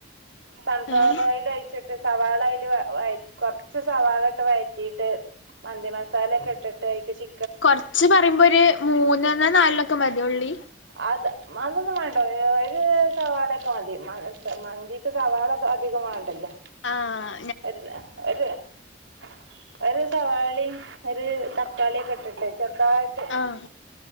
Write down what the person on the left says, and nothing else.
ഏഹ്
കൊറച്ച് പറയുമ്പോ ഒര് മൂന്നണോ നാലനൊക്കെ മതി ഉള്ളി
ആ
ആഹ്